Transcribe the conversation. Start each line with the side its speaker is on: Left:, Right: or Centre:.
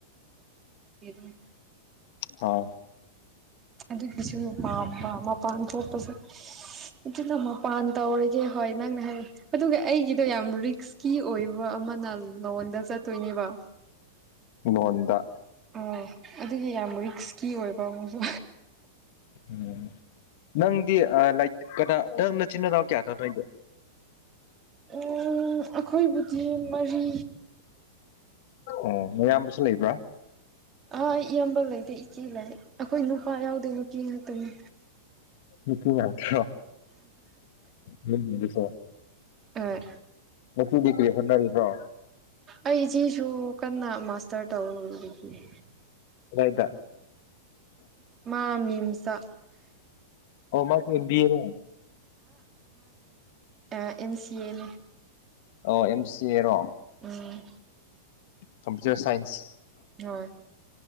Right: <unintelligible>
Left: ꯍꯥꯎ
Right: ꯑꯗꯨꯒꯤꯁꯨ ꯄꯥꯝꯕ ꯃꯞ ꯃꯄꯥꯟ ꯊꯣꯛꯄꯁꯨ ꯑꯗꯨꯅ ꯃꯄꯥꯟ ꯇꯧꯔꯒꯦ ꯍꯣꯏ ꯅꯪꯅ ꯍꯥꯏ ꯑꯗꯨꯒ ꯑꯩꯒꯤ ꯑꯩꯗꯣ ꯌꯥꯝ ꯔꯤꯛꯁꯀꯤ ꯑꯣꯏꯕ ꯑꯃꯅ ꯂꯣꯟꯗ ꯆꯠꯇꯣꯏꯅꯦꯕ
Left: ꯂꯣꯟꯗ
Right: ꯑ ꯑꯗꯨꯒꯤ ꯌꯥꯝ ꯔꯤꯛꯁꯀꯤ ꯑꯣꯏꯕ ꯑꯃꯨꯛꯁꯨ
Left: ꯎꯝ ꯅꯪꯗꯤ ꯑꯥ ꯂꯥꯏ ꯀꯅꯥ ꯅꯪ ꯅꯆꯤꯟ ꯅꯅꯥꯎ ꯀꯌꯥꯅꯣ ꯅꯣꯏꯗꯤ
Right: ꯎꯝ ꯑꯈꯣꯏꯕꯨꯗꯤ ꯃꯔꯤ
Left: ꯑꯣ ꯅꯌꯥꯝꯕꯁꯨ ꯂꯩꯕ꯭ꯔꯥ
Right: ꯑꯥ ꯏꯌꯥꯝꯕ ꯂꯩꯇꯦ ꯏꯆꯦ ꯂꯩ ꯑꯈꯣꯏ ꯅꯨꯄꯥ ꯌꯥꯎꯗꯦ ꯅꯨꯄꯤ ꯉꯥꯛꯇꯅꯤ
Left: ꯅꯨꯄꯤ ꯉꯥꯛꯇꯔꯣ ꯌꯥꯝꯃꯤꯅꯦꯀꯣ
Right: ꯑꯣꯏ
Left: ꯆꯦꯗꯤ ꯀ꯭ꯔꯤ ꯍꯣꯠꯅꯔꯤꯕ꯭ꯔꯣ
Right: ꯑꯩꯖꯤꯁꯨ ꯀꯟꯅꯥ ꯃꯥꯁꯇꯔ ꯇꯧꯔꯤꯌꯦ
Left: ꯀꯗꯥꯏꯗ
Right: ꯑꯥ ꯃꯤꯝꯁꯇꯥ
Left: ꯑꯣ ꯃꯥꯁꯨ ꯑꯦꯝ ꯕꯤ ꯑꯦ ꯔꯣ
Right: ꯑꯥ ꯑꯦꯝ ꯁꯤ ꯑꯦ ꯅꯤ
Left: ꯑꯣ ꯑꯦꯝ ꯁꯤ ꯑꯦ ꯔꯣ
Right: ꯑꯥ
Left: ꯀꯝꯄ꯭ꯨꯇꯔ ꯁꯥꯏꯟꯁ
Right: ꯍꯣꯏ